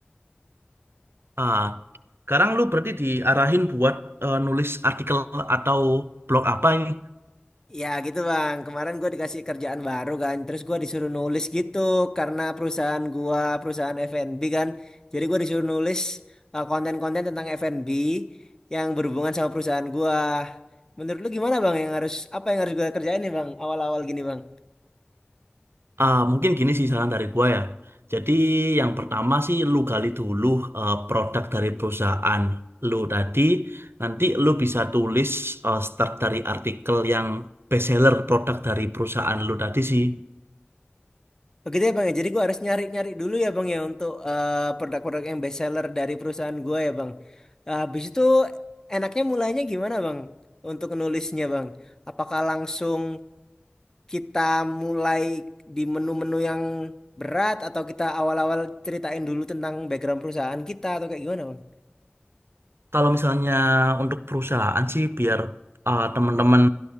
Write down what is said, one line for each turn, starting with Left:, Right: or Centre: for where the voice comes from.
Right: Ah, sekarang lu berarti diarahin buat eh, nulis artikel atau blog apa ini?
Left: Ya gitu bang, kemarin gue dikasih kerjaan baru kan, terus gue disuruh nulis gitu karena perusahaan gua perusahaan F&B kan, jadi gue disuruh nulis uh, konten-konten tentang F&B yang berhubungan sama perusahaan gua Menurut lu gimana bang yang harus apa yang harus gue kerjain nih bang awal-awal gini bang?
Right: Ah, mungkin gini sih saran dari gua ya. Jadi yang pertama sih lu gali dulu eh, produk dari perusahaan lu tadi. Nanti lu bisa tulis eh, start dari artikel yang bestseller produk dari perusahaan lu tadi sih.
Left: Begitu ya bang ya, jadi gue harus nyari-nyari dulu ya bang ya untuk uh, produk-produk yang best seller dari perusahaan gue ya bang. Uh, habis itu enaknya mulainya gimana bang untuk nulisnya bang? Apakah langsung kita mulai di menu-menu yang berat atau kita awal-awal ceritain dulu tentang background perusahaan kita atau kayak gimana bang?
Right: Kalau misalnya untuk perusahaan sih biar eh, teman-teman